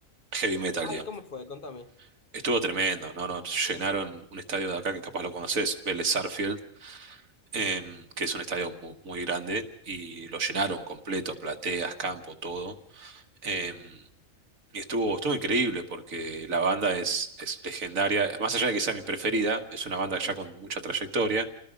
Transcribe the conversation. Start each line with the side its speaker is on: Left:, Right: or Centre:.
Right: Heavy metal,
Left: Ah,
Right: digamos.
Left: ¿y cómo fue? Contame.
Right: Estuvo tremendo, ¿no? No, llenaron un estadio de acá que capaz lo conoces, Vélez Sarsfield, em, que es un estadio mu- muy, grande, y lo llenaron completo, plateas, campo, todo. Em, y estuvo, estuvo increíble porque la banda es, es legendaria, más allá de que sea mi preferida, es una banda ya con mucha trayectoria,